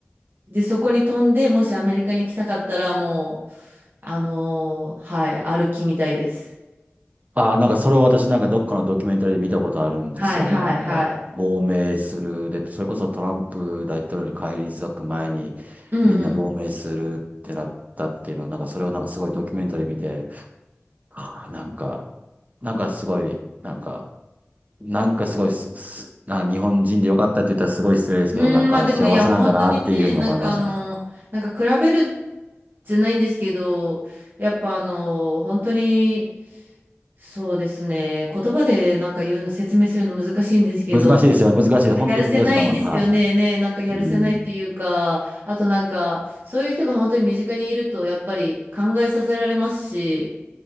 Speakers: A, on the right; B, on the right.
A: で、そこに飛んで、もしアメリカに来たかったらもう、あのーはい、歩きみたいです。
B: あ。ああ、なんかそれを私なんかどっかのドキュメンタリーで見たことあるんですよね。
A: はいはいはい。
B: なんか、亡命する。で、それこそトランプ大統領に返り咲く前に
A: うんうん。
B: みんな亡命するってなったっていうのを、なんかそれをなんかすごいドキュメンタリー見て、ああ、なんか、なんかすごい、なんか、なんかすごいす、すなんか日本人でよかったって言ったらすごい失礼ですけど、
A: うん、
B: なんか幸せなんだなっていうふうに思いましたね。
A: まあでもいや、本当にね、なんかあの、なんか比べるじゃないんですけど、やっぱあの、本当に、そうですね、言葉でなんか言うの、説明するの難しいんですけど、
B: 難しいですよね。難しい。
A: なんかやるせないですよね、
B: 本当難しいと思います。は
A: ね、なんかやるせないっていうか、
B: い。うん
A: あとなんか、そういう人が本当に身近にいると、やっぱり考えさせられますし、